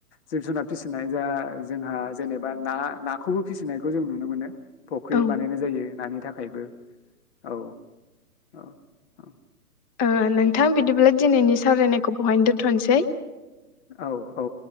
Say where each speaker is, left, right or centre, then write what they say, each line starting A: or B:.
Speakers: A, on the left; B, on the left.
A: जिब जुनार फि फिसिनाय जा जोंहा जेनेबा ना नाखौबो फिसिनायखौ जों नुनो मोनो । फुख्रि
B: औ
A: बानायनाय जायो नानि थाखायबो औ औ औ
B: ओ नोंथां बिदिब्ला दिनैनि सावरायनायखौ बहायनो दोन्थ'नोसै
A: औ औ